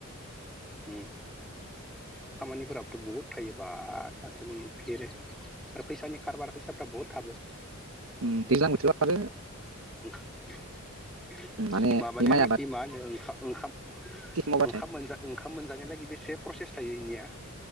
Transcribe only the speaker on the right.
उं‌ दैज्लां बोथोराव आरो
माने
माइ आबाद
खेथि मावबाथाय